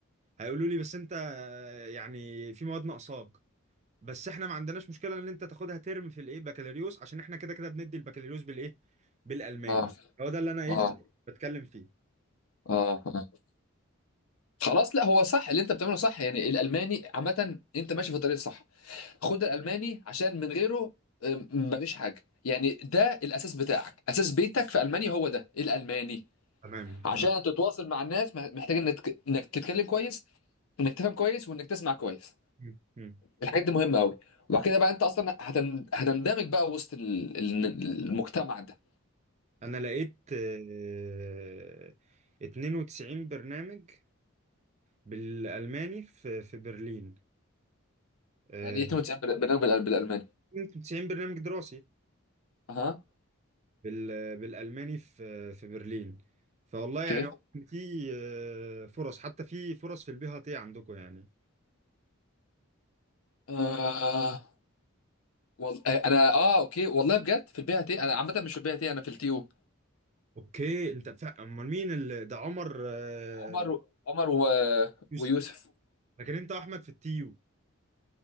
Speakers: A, on the right; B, on the left.
A: هيقولوا لي بس انت آه، يعني في مواد ناقصاك بس احنا ما عندناش مشكله ان انت تاخدها ترم في الايه بكالوريوس عشان احنا كده كده بندي البكالوريوس بالايه بالالماني
B: اه
A: هو ده اللي انا ايه
B: اه
A: بتكلم فيه
B: اه آه. خلاص لا هو صح اللي انت بتعمله صح يعني الالماني عامه انت ماشي في الطريق الصح خد الالماني عشان من غيره ام، مفيش حاجه يعني ده الاساس بتاعك اساس بيتك في المانيا هو ده الالماني
A: تمام
B: عشان
A: تمام
B: تتواصل مع الناس مح- محتاج انك تك- انك تتكلم كويس وانك تفهم كويس وانك تسمع كويس
A: مم. مم.
B: الحاجات دي مهمه قوي وبعد كده بقى انت اصلا هتن... هتندمج بقى وسط ال... ال- المجتمع ده
A: انا لقيت آه، 92 برنامج بالالماني في في برلين آه،
B: يعني ايه 92 برنامج بالالماني
A: 92 برنامج دراسي
B: اها
A: بال- بالالماني في في برلين فوالله
B: اوكي
A: يعني في آه، فرص حتى في فرص في البي تي عندكم يعني
B: آه. والله انا اه اوكي والله بجد في البي تي انا عامه مش في البي تي انا في التي او
A: اوكي انت فا- امال مين اللي ده عمر آه،
B: عمر عمر و...
A: يوسف
B: ويوسف
A: لكن انت احمد في التيو